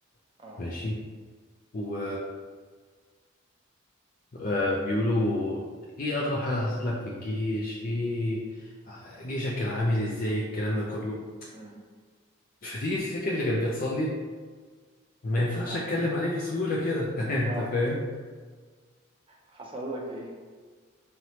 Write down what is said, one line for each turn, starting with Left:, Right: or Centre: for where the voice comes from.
Right: اه
Left: ماشي و آه بيقولوا ايه اغرب حاجه حصلت لك في الجيش ايه جيشك كان عامل ازاي الكلام ده كله
Right: امم
Left: فتيجي تفتكر اللي كان بيحصل لي ما ينفعش
Right: اه
Left: اتكلم عليه بسهوله كده <laughs> انت
Right: اه
Left: فاهم
Right: حصل لك ايه